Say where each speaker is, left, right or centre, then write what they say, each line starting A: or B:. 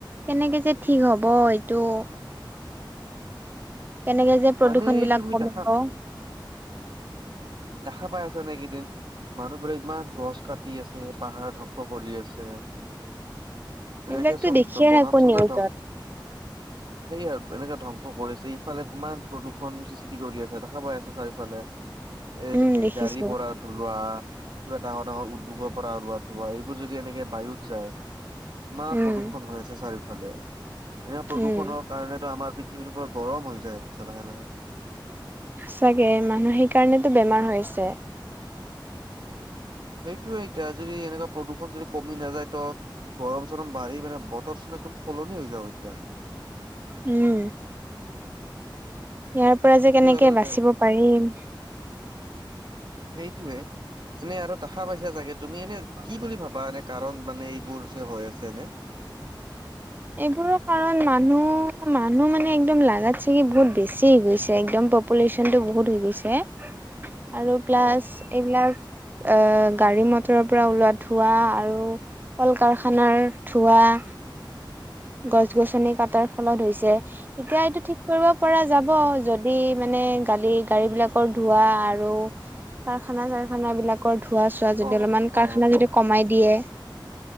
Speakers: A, on the right; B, on the right.
A: কেনেকে যে ঠিক হব এইটো। কেনেকে যে প্ৰদূৰ্ষন
B: মানে
A: বিলাক
B: তুমি
A: কমিব।
B: দেখা দেখা পাই আছে নে এইকেইদিন, মানুহবোৰে ইমান গছ কাটি আছে, পাহাৰ ধ্বংস কৰি আছে। <unintelligible>
A: এইবিলাকতো
B: এনেকে চোন
A: দেখিয়ে
B: বনাঞ্চলটো
A: থাকো নিউজত।
B: ধ্বংস সেইয়া এনেকে ধ্বংস কৰিছে ইফালে কিমান প্ৰদূৰষণ সৃষ্টি কৰি আছে, দেখা পাই আছা চাৰিওফালে। এ
A: উম দেখিছো
B: গাড়ীৰ পৰা ধোৱা। কিবা ডাঙৰ ডাঙৰ উদ্যোগৰ পৰা ওলোৱা ধোৱা এইবোৰ যদি এনেকে বায়ুত যায়। ইমান
A: উম
B: প্ৰদূষন হৈ আছে চাৰিওফালে, এনে প্ৰদূষণৰ
A: উম
B: কাৰণেতো আমাৰ পৃ পৃথিৱী পুৰা গৰম হৈ যায় আছে লাহে লাহে।
A: চাগে মানুহ সেই কাৰণেতো বেমাৰ হৈছে।
B: সেইটোয়ে এতিয়া যদি এনেকুৱা প্ৰদূষণ যদি কমি নাযায় তো গৰম চৰম বাঢ়ি মানে বতৰ চোন একদম সলনি হৈ যাব এতিয়া।
A: উম। ইয়াৰ পৰা
B: সেইটো
A: যে কেনেকে
B: আৰু
A: বাচিব পাৰিম।
B: সেইটোৱে। এনে আৰু দেখা পাইছা চাগে তুমি এনে কি বুলি ভাবা এনে কাৰণ মানে এইবোৰ যে হৈ আছে এনে?
A: <inaudible> এইবোৰৰ কাৰণ মানুহ, মানুহ মানে একদম লাগাত চাগি বহুত বেছি গৈছে একদম। পপুলেচন টো বহুত হৈ গৈছে আৰু প্লাছ
B: অ
A: এইবিলাক। আ' গাড়ী মটৰৰ পৰা ওলোৱা ধোঁৱা আৰু কল কাৰখানাৰ ধোঁৱা। <inaudible> গছ গছনি কাটাৰ ফলত হৈছে, এতিয়া এইটো ঠিক কৰিব পৰা যাব য যদি মানে গালি গাড়ী বিলাকৰ ধোঁৱা আৰু কাৰখানা চাৰখানা বিলাকৰ। ধোঁৱা চোৱা যদি
B: অ
A: অলপমান
B: অ
A: কাৰখানা যদি কমাই দিয়ে।